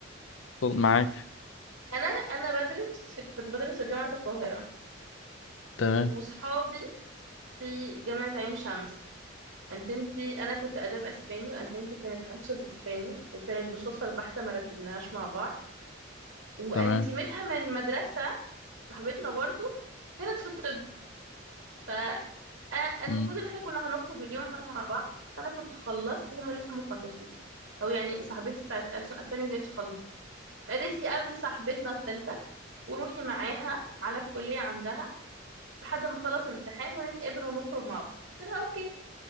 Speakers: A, on the left; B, on the right.
A: خد معاك
B: انا انا بدرس في كنت بدرس في جامعه القاهره و-
A: تمام
B: وصحابي في جامعه عين شمس انتمتي انا كنت اداب اسباني وانتمتي كانت انشب اسباني وكانت بالصدفه البحته ما رتبناهاش مع بعض وانتمتها
A: تمام
B: من مدرسه صاحبتنا برضو كانت في الطب فالمفروض
A: مم،
B: ان احنا كنا هنخرج اليوم ده مع بعض انا كنت خلصت هما لسه ما خلصوش او يعني صاحبتي بتاعت ألسن اسبانيا ما كانتش خلصت قالت لي قابلي صاحبتنا الثالثه وروحي معاها على الكليه عندها لحد ما خلص امتحان ونتقابل ونخرج مع بعض قلت لها اوكي